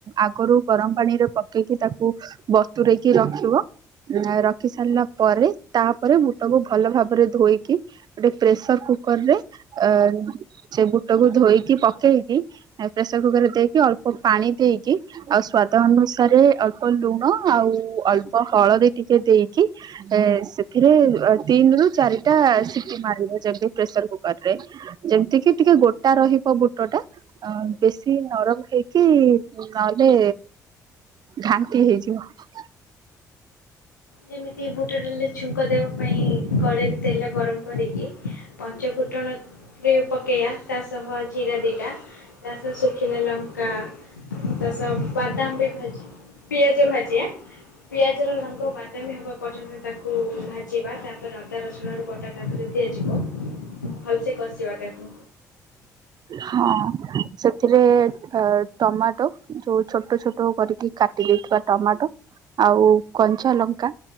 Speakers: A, on the right; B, on the left.
A: ଆଗରୁ ଗରମ ପାଣିରେ ପକେଇକି ତାକୁ ବତୁରେଇକି ରଖିବ। <unintelligible> ରଖି ସାରିଲା ପରେ ତାପରେ ବୁଟକୁ ଭଲ ଭାବ ରେ ଧୋଇକି ଗୋଟେ ପ୍ରେସର୍ କୁକରରେ ଅ ସେ ବୁଟକୁ ଧୋଇକି ପକେଇକି ପ୍ରେସର୍ କୁକରରେ ଦେଇକି ଅଳ୍ପ ପାଣି ଦେଇକି ଆଉ ସ୍ଵାଦ ଅନୁସାରେ ଅଳ୍ପ ଲୁଣ ଆଉ ଅଳ୍ପ ହଳଦୀ ଟିକେ ଦେଇକି। ଏ ସେଥିରେ ତିନି ରୁ ଚାରିଟା ସିଟି ମାରିବ ଯେମିତି ପ୍ରେସର୍ କୁକରରେ ଯେମତି କି ଟିକେ ଗୋଟା ରହିବ ବୁଟ ଟା। ଅ ବେଶୀ ନରମ ହେଇକି ନହେଲେ ଘାଣ୍ଟି ହେଇଯିବ।
B: ଯେମିତି ବୁଟ ଡାଲି ଛୁଙ୍କ ଦେବା ପାଇଁ କଡ଼େଇରେ ତେଲ ଗରମ କରିକି ପଞ୍ଚ ଫୁଟଣରେ ପକେଇଆ। ତା ସହ ଜିରା ଦିଇଟା ତାସହ ଶୁଖିଲା ଲଙ୍କା ତା ସହ ବାଦାମ ବି ଭାଜି ପିଆଜ ଭାଜିଆ ପିଆଜର ରଙ୍ଗ ବା ବାଦାମୀ ହବା ପର୍ଯ୍ୟନ୍ତ ତାକୁ ଭାଜିବା ତାପରେ ଅଦା ରସୁଣ ର ବଟା ତାପରେ ଦିଆଯିବ। ଭଲସେ କସିବା ତାକୁ
A: ହଁ ସେଥିରେ ଟ ଟମାଟୋ ଯୋଉ ଛୋଟ ଛୋଟ କରିକି କାଟି ଦେଇଥିବା ଟମାଟୋ। ଆଉ କଞ୍ଚା ଲଙ୍କା